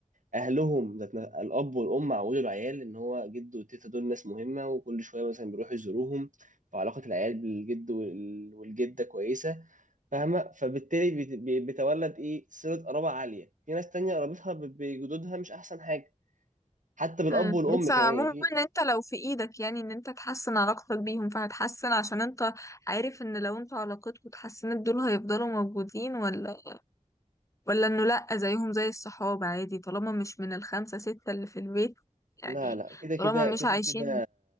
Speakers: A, on the right; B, on the left.
A: اهلهم ذات نا- الاب والام عودوا العيال ان هو جد والتيتا دول ناس مهمه وكل شويه مثلا بيروحوا يزوروهم فعلاقه العيال بالجد وال- والجده كويسه فاهمه فبالتالي بيت- بي- بيتولد ايه صله قرابه عاليه في ناس تانية قرابتها ب- بجدودها مش احسن حاجه حتى بالاب
B: امم
A: والام
B: بس
A: كمان
B: عموما
A: يعني في
B: ان انت لو في ايدك يعني ان انت تحسن علاقتك بيهم فهتحسن عشان انت عارف ان لو انت علاقتكوا اتحسنت دول هيفضلوا موجودين ولا ولا انه لا زيهم زي الصحاب عادي طالما مش من الخمسة ستة اللي في البيت يعني
A: لا لا كده كده
B: طالما
A: كده
B: مش عايشين
A: كده